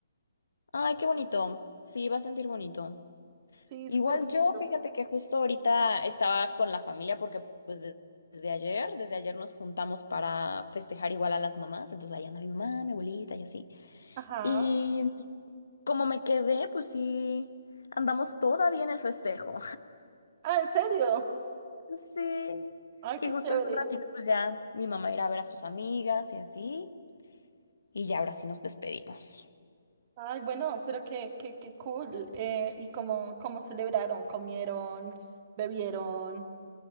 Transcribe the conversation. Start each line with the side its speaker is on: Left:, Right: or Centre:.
Left: Ay, qué bonito. Sí, va a sentir bonito.
Right: Sí,
Left: Igual
Right: súper bonito.
Left: yo, fíjate que justo ahorita estaba con la familia porque pues de- desde ayer, desde ayer nos juntamos para festejar igual a las mamás, entonces ahí anda mi mamá, mi abuelita y así.
Right: Ajá.
Left: Y como me quedé, pues sí, andamos todavía en el festejo.
Right: Ah, ¿en serio?
Left: Sí.
Right: Ay,
Left: Y
Right: qué
Left: justo
Right: chévere.
Left: en un ratito, pues ya mi mamá irá a ver a sus amigas y así. Y ya ahora sí nos despedimos.
Right: Ay, bueno, pero qué, qué, qué cool. Eh, ¿y cómo, cómo celebraron? ¿Comieron? ¿Bebieron?